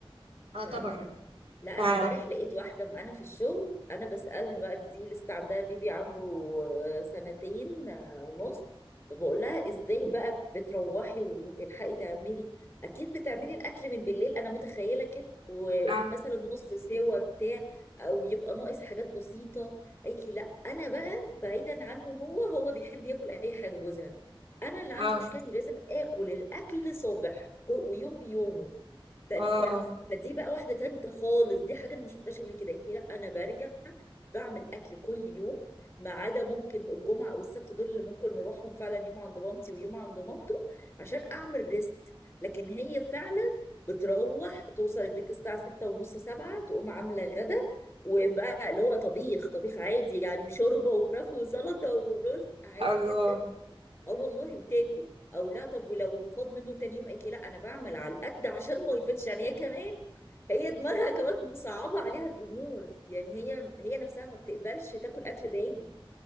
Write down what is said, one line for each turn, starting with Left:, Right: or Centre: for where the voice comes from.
Right: اه
Left: لا
Right: طبعا
Left: لا لا لا
Right: ف اه
Left: انا امبارح لقيت واحده معانا في الشغل انا بسالها بقى دي لسه عندها بيبي عنده آه، سنتين آه، ونص فبقول لها ازاي بقى بتروحي وتلحقي تعملي اكيد بتعملي الاكل من بالليل انا متخيله كده ومثلا
Right: اه
Left: نص سوا بتاع او يبقى ناقص حاجات بسيطه قالت لي لا انا بقى بعيدا عنه هو هو بيحب ياكل اي حاجه جوزها انا اللي عندي
Right: اه
Left: مشكله اني لازم اكل الاكل صبح كل- ويوم بيومه فقالت
Right: اه
Left: لي لا فدي بقى واحده تالته خالص دي حاجه انا ما شفتهاش قبل كده قالت لي لا انا برجع بعمل اكل كل يوم ما عدا ممكن الجمعه او السبت دول اللي ممكن نروحهم فعلا يوم عند مامتي ويوم عند مامته عشان
Right: مم.
Left: اعمل ريست لكن هي فعلا بتروح توصل البيت الساعه 6 ونص 7 تقوم عامله غدا وبقى اللي هو طبيخ طبيخ عادي يعني شوربه وفراخ وسلطه ورز عادي
Right: الله
Left: جدا
Right: مم.
Left: اه والله وتاكل او لا طب ولو فاض منه تاني يوم قالت لي لا انا بعمل على القد عشان ما يفيدش يعني هي كمان هي دماغها <laughs> كمان مصعبه عليها الامور يعني هي هي نفسها ما بتقبلش تاكل اكل باين